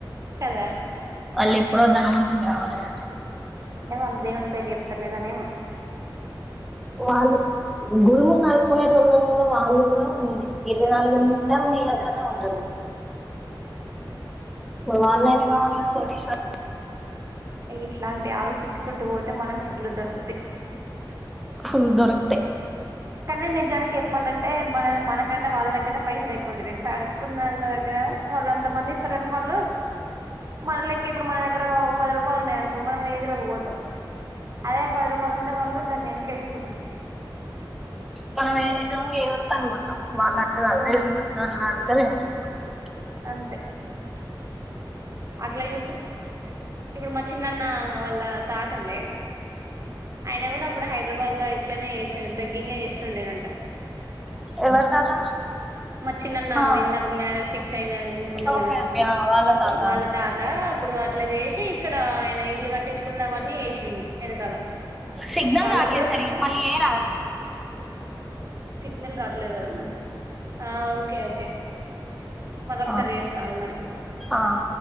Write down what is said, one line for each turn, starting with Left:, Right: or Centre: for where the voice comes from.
Right: కదా
Centre: వాళ్ళు ఎప్పుడో ధనవంతుులు కావాలి కదా
Right: అంటే వాళ్ళ దేవుని పేరు చెప్తలేదనేమో
Centre: వాళు గుడి ముందు అడుక్కునే టోళ్లు గూడా కూడా వాళ కూడా ఇర నాలుగంటలు డి దగ్గర్నే ఉంటారు ఉంటరు వాల్లు అయినా కావాలి కదా కోటీశ్వరులు
Right: ఇట్లాంటి ఆలోచించుకుంటూ పోతే మనకు ఫుడ్లు దొరుకుతాయి
Centre: ఫుల్ దొరకతే
Right: కానీ నిజానికి చెప్పాలంటే మన మనకంటే వాళ్ళ దగ్గర పైస లేకుంండదు తెలుసి అడుక్కున్న వాళ్ళ దగ్గర వాళ్ళు ఎంత మంది ఇస్తారేని వాళ్ళు మన లెక్కకి ఇప్పుడు మన దగ్గర పది రూపాయలు ఉన్నాయ అనుకో మనం ఏతులకు పోతాం అదే పది రూపాయలు ఉంటే వాల్ళ దాన్ని ననుకేసుకుంట్రు
Centre: మనం ఏజ రంగు ఏదొస్త అడుగుకుంటాం వాళ్ళు అట్ట కాదు
Right: ఆ
Centre: ఎదురుగ వచ్చిన వాళ్ళని అడుగుతారు ఏనుకేసుకుంటరు
Right: అంతే అట్లా చూసుకుని ఇప్పుడు మా చిన్నన్న వాళ్ళ తాతండే ఆయన కూడా అప్పుడు హైదరాబాద్ లో ఇట్లనే చేసే బెగ్గింగ్ చేస్తుండేనంట
Centre: ఎవరు తాత
Right: మా చిన్నన్న
Centre: ఆ
Right: ఇందాక మ్యారేజ్ ఫిక్స్ అయిన అనుకుంటాం
Centre: ఓకే
Right: కదా
Centre: ఓకే ఆ వాళ్ళ తాత
Right: వాళ్ళ తాత అప్పుడు అట్లా చేసి ఇక్కడ ఆయన ఇల్లు కట్టించుకునుడు అవన్నీ చేసిండు వెనకాల
Centre: సిగ్నల్
Right: వాళ్ళకి
Centre: రాట్లేదు
Right: కూడా స
Centre: సరిగా మళ్ళీ ఏ రాదురా
Right: సిగ్నల్ రాట్లేదు కదనా ఆ ఓకే ఓకే మళ్ళ ఒకసారి
Centre: ఆ
Right: చేస్తా ఆగు మరి
Centre: ఆ